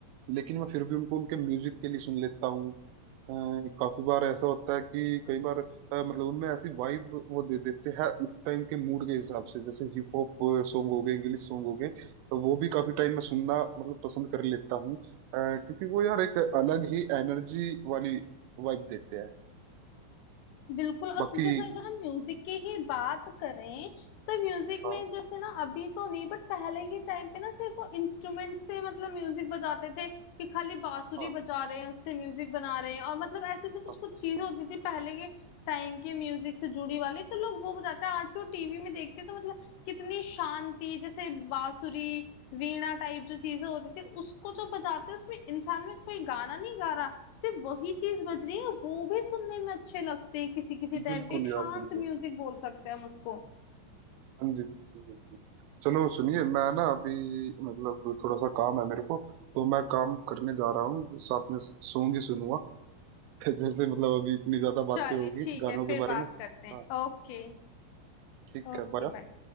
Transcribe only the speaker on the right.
लेकिन मैं फिर भी उनको उनके म्यूजिक के लिए सुन लेता हूँ अ, काफी बार ऐसा होता है कि कई बार अ, मतलब उनमें ऐसी वाइब वो दे देते हैं उस टाइम के मूड के हिसाब से जैसे हिप हॉप सॉन्ग हो गए इंग्लिश सॉन्ग हो गए तो वो भी काफी टाइम में सुनना मतलब पसंद कर लेता हूँ अ, क्योंकि वो यार एक अलग ही एनर्जी वाली वाइब देते हैं
बाकी
हाँ
हाँ
हाँ
बिल्कुल
यार
बिल्कुल
हाँ जी बिल्कुल बिल्कुल चलो सुनिए मैं ना अभी मतलब थोड़ा सा काम है मेरे को तो मैं काम करने जा रहा हूँ साथ में सॉन्ग ही सुनूंगा <laughs> जैसे मतलब अभी इतनी ज्यादा
बातें होगी
गानों
के
बारे
में
हाँ
ठीक
है बाय